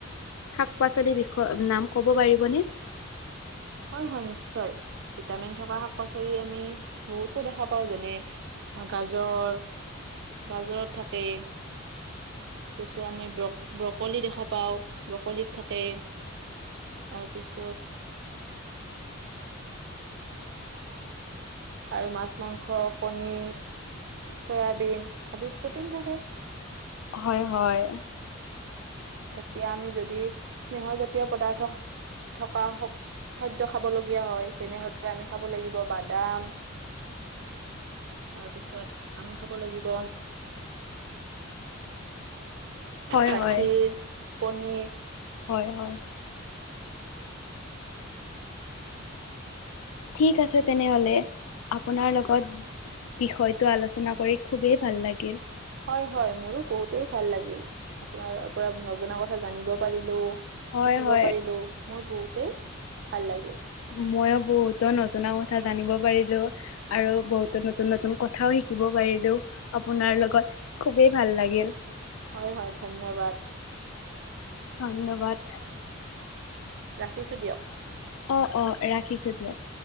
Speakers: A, on the left (about 85°); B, on the right (about 60°).
A: শাক পাচলিৰ বিষয়ে নাম ক'ব পাৰিবনে?
B: হয় হয় নিশ্চয়, ভিটামিন থকা শাক পাচলি আমি বহুতো দেখা পাওঁ যেনে গাজৰ, গাজৰত থাকে। তাৰপিছত আমি ব্ৰ, ব্ৰকলি দেখা পাওঁ ব্ৰকলিত থাকে। তাৰপিছত আৰু মাছ, মাংস, কণী। চয়াবিন আদিত প্ৰটিন থাকে।
A: হয়, হয়।
B: এতিয়া আমি যদি স্নেহ জাতীয় পদাৰ্থ থকা খাদ্য খাবলগীয়া হয় তেনেহলে আমি খাব লাগিব বাদাম।
A: <inaudible>
B: তাৰপিছত আমি খাব লাগিব।
A: হয়
B: গাখীৰ,
A: হয়
B: পনীৰ।
A: হয়, হয়। ঠিক আছে তেনেহলে, আপোনাৰ লগত বিষয়টো আলোচনা কৰি খুবেই ভাল লাগে।
B: হয়, হয়। মোৰো বহুতেই ভাল লাগিল, আপোনাৰ পৰা নজনা কথা জানিব পাৰিলো। শিকিব
A: হয় হয়
B: পাৰিলো, মোৰ বহুতেই ভাল লাগিল।
A: মইয়ো বহুতো নজনা কথা জানিব পাৰিলোঁ। আৰু বহুতো নতুন নতুন কথাও শিকিব পাৰিলো আপোনাৰ লগত। খুবেই ভাল লাগিল।
B: হয় হয় ধন্যবাদ।
A: ধন্যবাদ।
B: ৰাখিছো দিয়ক।
A: অঁ অঁ ৰাখিছো দিয়ক।